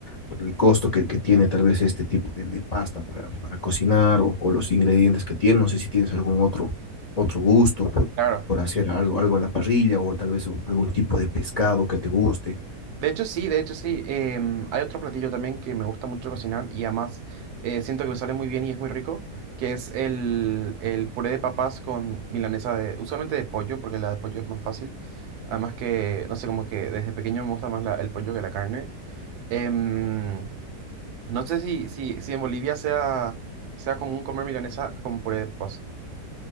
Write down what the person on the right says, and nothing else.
claro.
De hecho, sí, de hecho, sí. Em, hay otro platillo también que me gusta mucho cocinar y además eh, siento que me sale muy bien y es muy rico, que es el, el puré de papas con milanesa de, usualmente de pollo, porque la de pollo es más fácil. Además que, no sé, como que desde pequeño me gusta más la- el pollo que la carne. Em, no sé si, si, si en Bolivia sea, sea común comer milanesa con puré de papas.